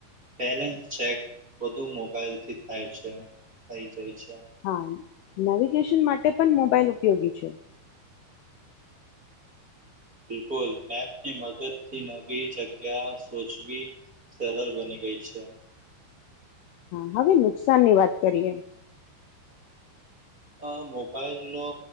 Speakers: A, on the right (about 30°); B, on the left (about 85°).
A: બેલેન્સ ચેક બધું મોબાઈલથી થાય છે થ <inaudible>
B: હા નેવિગેશન માટે પણ મોબાઇલ ઉપયોગી છે.
A: બિલકુલ મે ની મદદ થી નવી જગ્યા સોચવી સરળ બની ગઈ છે.
B: હા હવે નુકસાનની વાત કરીએ
A: આ મોબાઈલ નો